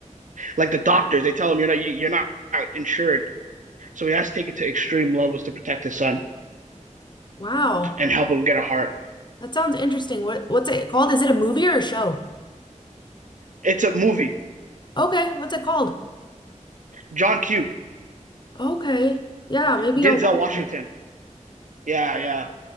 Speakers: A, on the right; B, on the left.
A: Like the doctors, they tell him you're not you- you're not insured, so he has to take it to extreme levels to protect his son.
B: Wow.
A: and help him get a heart.
B: That sounds interesting. What what's it called? Is it a movie or a show?
A: It's a movie.
B: Okay, what's it called?
A: John Q.
B: Okay. Yeah, maybe
A: Denzel
B: I'll watch
A: Washington.
B: that.
A: Yeah, yeah.